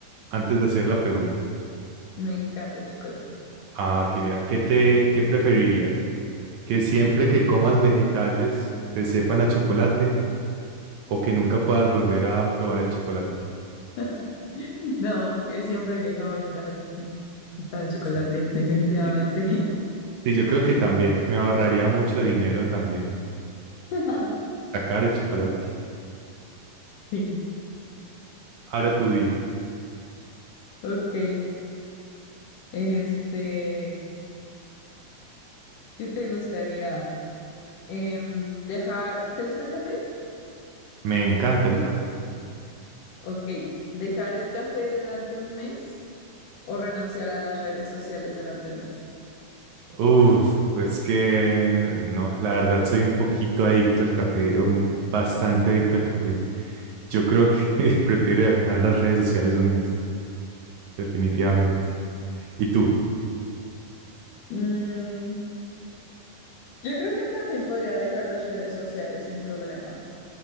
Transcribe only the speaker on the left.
me encanta el chocolate.
<laughs> No, que siempre que como vegetales les para el chocolate,
definitivamente.
<laughs>
Sí.
Ok, este, ¿qué te gustaría? Em, dejar, ¿te gusta el café?
Ok, ¿dejar el café durante un mes o renunciar a las redes sociales durante un mes?
Mm, yo creo que también podría dejar las redes sociales sin problema.